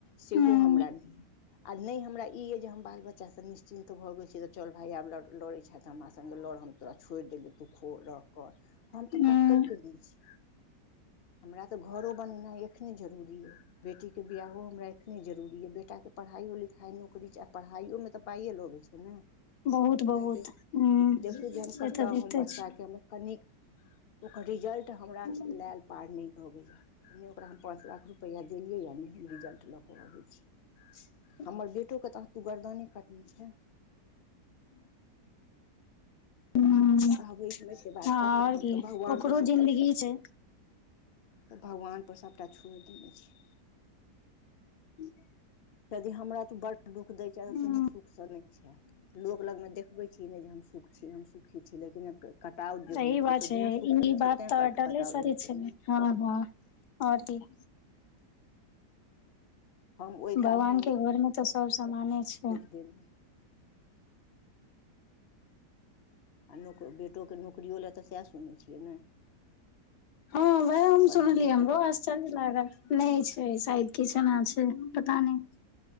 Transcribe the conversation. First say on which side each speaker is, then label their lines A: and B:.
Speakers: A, on the left; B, on the left.
A: सेहो
B: हूँ
A: हमरा नय अई आ नय हमरा ई अइ जे हम बाल बच्चासँ निश्चिन्त भऽ गेल छी तऽ चल भाइ आब लड़ै छें त हमरा सङ्गे लड़ तोरा छोड़ि देलौ तू खो रह कर हम तऽ
B: हूँ
A: कतौ के नै छी हमरा तऽ घरो बनेनाइ एखने जरूरी अइ बेटी के बियाहो हमरा एखने जरूरी यइ बेटा के पढ़ाइो लिखाई पाइ नौकरी आ पढ़ाइयोमे तऽ पाइए लगै छै ने
B: बहुत
A: जे
B: बहुत
A: ह देख
B: हूँ से
A: देखू जे हम कत
B: तऽ
A: हु
B: होइते
A: हम बच्चा
B: छै
A: के कनिक ओकर रिजल्ट हमरा
B: हूँ
A: लायल पार नय लगैया नय ओकरा हम पाँच लाख रुपैआ देलियैए नय हम रिजल्ट लऽ कऽ अबै छी
B: <inaudible>
A: हमर बेटो के त तू गर्दने कटने छें
B: हँ
A: कहबै हम एते बात
B: आओर
A: ककरा हम
B: की
A: तऽ भगवानपर
B: ओकरो
A: सबटा
B: जिन्दगी
A: छोईर
B: छै
A: तऽ भगवान पर सभटा छोड़ि देने छीयै
B: ह <inaudible>
A: यदि हमरा तू बड़ दुःख दैय छें
B: हूँ
A: तोहूं सुख से नय छें लोग लगं मे देख बै छी नय जे हम सुख छी हम सुखी छी लेकिन कटाउ जे
B: सही
A: होइ
B: बात
A: छौ तऽ
B: छै
A: जें सुख नय
B: ई
A: छौ
B: बात
A: तें
B: तऽ
A: कट
B: अटले
A: कटाउ
B: सत्य
A: होइ छौ
B: छै
A: ने
B: हँ हँ आओर कहियौ
A: हम ओहि
B: भगवान
A: कालमे
B: के घर मे तऽ सब सामाने छै
A: दे <unintelligible> आ ने कोई बेटोके नोकरियो लए तऽ सएह सुनै छियै ने
B: हँ वएह हम
A: परमानेंट
B: सुनलियै हमरो
A: तऽ कखनो
B: आश्चर्य लागल नय छै शायद किछना छै पता नय